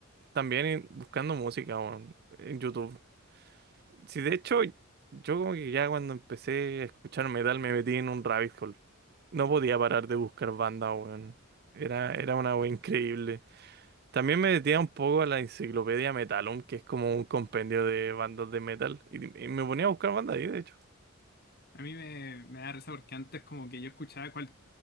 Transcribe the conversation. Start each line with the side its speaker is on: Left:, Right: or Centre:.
Right: también en- buscando música bo, en YouTube. Sí, de hecho, yo como que ya cuando empecé a escuchar metal me metí en un rabbit hole. No podía parar de buscar bandas, weón. Era, era una wea increíble. También me metía un poco a la enciclopedia Metalum, que es como un compendio de bandas de metal. Y, y me ponía a buscar bandas ahí, de hecho.
Left: A mí me, me da risa porque antes como que yo escuchaba cual,